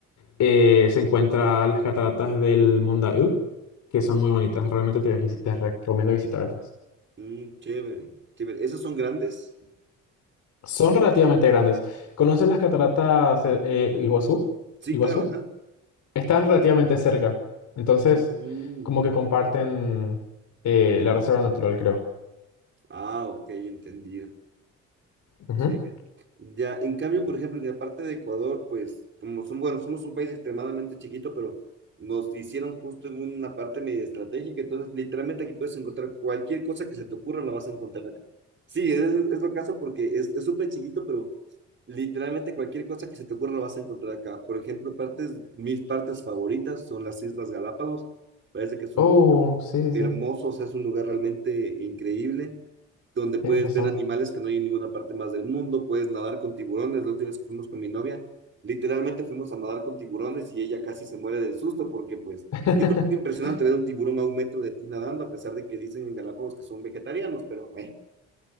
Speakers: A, on the left; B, on the right.
A: eh, se encuentra las cataratas del Mondaú, que son muy bonitas. Realmente te, visi- te recomiendo visitarlas.
B: Mm, chévere, chévere. ¿Esos son grandes?
A: Son relativamente grandes. ¿Conoces las cataratas de, eh, Iguazú?
B: Sí,
A: Iguazú.
B: claro, ajá.
A: Están relativamente cerca. Entonces,
B: Mm,
A: como que comparten eh, la reserva natural, creo.
B: Ah, ok, entendido.
A: Ujú.
B: Chévere. Ya, en cambio, por ejemplo, en la parte de Ecuador, pues, como son, bueno, somos un país extremadamente chiquito, pero nos hicieron justo en una parte medio estratégica, entonces literalmente aquí puedes encontrar cualquier cosa que se te ocurra, la vas a encontrar acá. Sí, es, es lo caso porque es es súper chiquito, pero literalmente cualquier cosa que se te ocurra la vas a encontrar acá. Por ejemplo, partes, mis partes favoritas son las Islas Galápagos, parece que es un
A: Oh,
B: lugar
A: sí,
B: hermoso,
A: sí, sí.
B: o sea, es un lugar realmente increíble donde
A: Tienes
B: puedes
A: razón.
B: ver animales que no hay en ninguna parte más del mundo, puedes nadar con tiburones. La última vez que fuimos con mi novia, literalmente fuimos a nadar con tiburones y ella casi se muere del susto porque pues
A: <laughs>
B: es un poco impresionante ver un tiburón a un metro de ti nadando, a pesar de que dicen en Galápagos que son vegetarianos, pero bueno,